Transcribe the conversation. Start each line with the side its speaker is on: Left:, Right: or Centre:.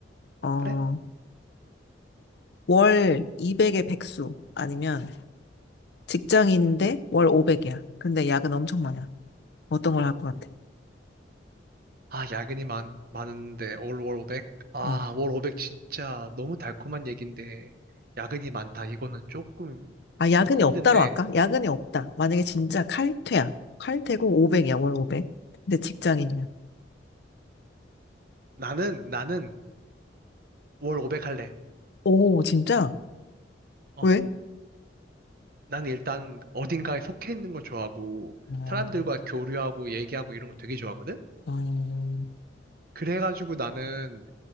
Left: 어,
Right: 그래?
Left: 월 200의 백수 아니면 직장인인데 월 500이야. 근데 야근 엄청 많아. 어떤 걸 할 것 같아?
Right: 아, 야근이 많, 많은데, 올 월 오백? 아,
Left: 어.
Right: 월 오백 진짜 너무 달콤한 얘기인데, 야근이 많다. 이거는 조금
Left: 아, 야근이
Right: 힘든데,
Left: 없다로 할까? 야근이 없다. 만약에 진짜 칼퇴야. 칼퇴고 500이야, 월 500. 근데 직장인이야.
Right: 나는, 나는 월 오백 할래.
Left: 오, 진짜?
Right: 어,
Left: 왜?
Right: 나는 일단 어딘가에 속해 있는 걸 좋아하고,
Left: 음,
Right: 사람들과 교류하고, 얘기하고 이런 거 되게 좋아하거든?
Left: 음,
Right: 그래가지고 나는,